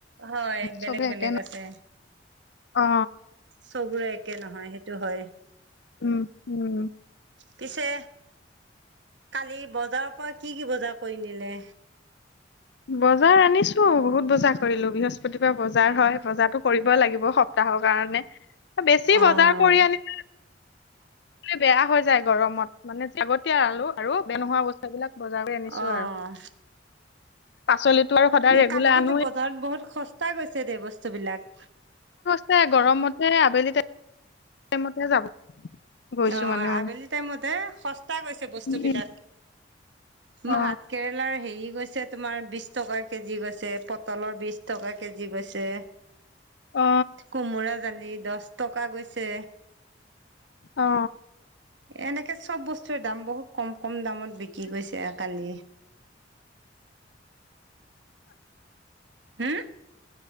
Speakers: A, on the right (about 70°); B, on the left (about 65°).
A: হয় বেলেগ
B: চবে
A: বেলেগ
B: একে ন
A: আছে
B: অ
A: চবৰে একে নহয় সেইটো হয়
B: উম উম
A: পিছে কালি বজাৰৰ পৰা কি কি বজাৰ কৰি নিলে
B: বজাৰ আনিছো বহুত বজাৰ কৰিলো বৃহস্পতি পৰা বজাৰ হয় বজাতো কৰিবই লাগিব সপ্তাহ ৰ কাৰণে বেছি
A: অ'
B: বজাৰ কৰি আনি বেয়া হৈ যায় গৰমত মানে আগতীয়া আলো আৰু বেয়া নোহোৱা বস্তু সেইবিলাক বজাৰ কৰি আনিছো
A: অ',
B: আৰু পাচলিতো আৰু সদায় ৰেগুলাৰ
A: কালি কিন্তু
B: আনোৱে
A: বজাৰত বহুত সস্তা গৈছে দে বস্তু বিলাক
B: ছে গৰম মতে আবেলিতে সেইমতে যাব গৈছো
A: অ
B: মানে মই
A: আবেলি টাইমতে সস্তা গৈছে বস্তু
B: উম,
A: বিলাক
B: অ
A: ভাত কেৰেলাৰ হেৰি গৈছে ছে তুমাৰ বিশ টকা কেজি গৈছে পটলৰ বিশ টকা কেজি গৈছে
B: অ
A: কোমোৰা জালি দহ টকা গৈছে
B: অ
A: এনেকে চব বস্তু দাম বহুত কম কম দামত বিকি গৈছে কালি হো